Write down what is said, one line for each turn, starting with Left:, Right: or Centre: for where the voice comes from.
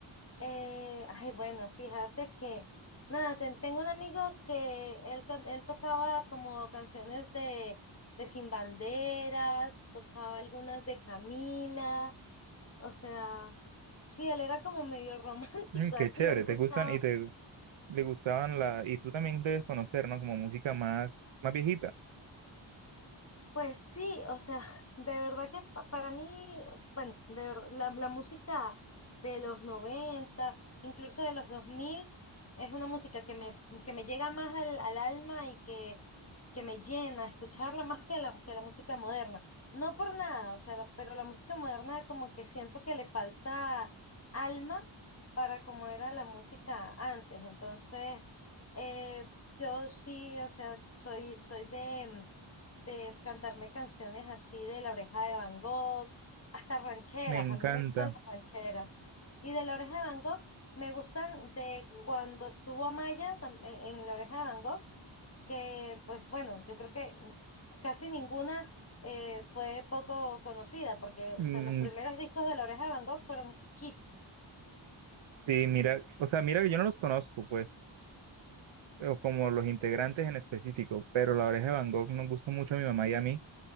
Left: Eh, ay, bueno, fíjate que, nada, ten- tengo un amigo que él, can- él tocaba como canciones de, de Sin Banderas, tocaba algunas de Camila, o sea, sí, él era como medio <laughs> romántico,
Right: Mm, qué
Left: así,
Right: chévere,
Left: él
Right: te
Left: buscaba
Right: gustan y te le gustaban la... Y tú también debes conocer, ¿no? Como música más, más viejita.
Left: Pues sí, o sea, <laughs> de verdad que pa- para mí, bueno, de verdad, la, la música de los 90 incluso de los 2000 es una música que me, que me llega más al, al alma y que, que me llena escucharla más que la, que la música moderna. No por nada, o sea, la- pero la música moderna como que siento que le falta alma para como era la música antes. Entonces, eh, yo sí, o sea, soy, soy de de cantarme canciones así de La Oreja de Van Gogh, hasta rancheras,
Right: Me encanta.
Left: a mí me gustan las rancheras. Y de La Oreja de Van Gogh me gustan de cuando estuvo Amaya tam- en en La Oreja de Van Gogh, que pues bueno, yo creo que casi ninguna eh, fue poco conocida, porque o
Right: Mm,
Left: sea, los primeros discos de La Oreja de Van Gogh fueron hits.
Right: sí, mira, o sea, mira que yo no los conozco, pues, o como los integrantes en específico, pero La Oreja de Van Gogh nos gusta mucho a mi mamá y a mí.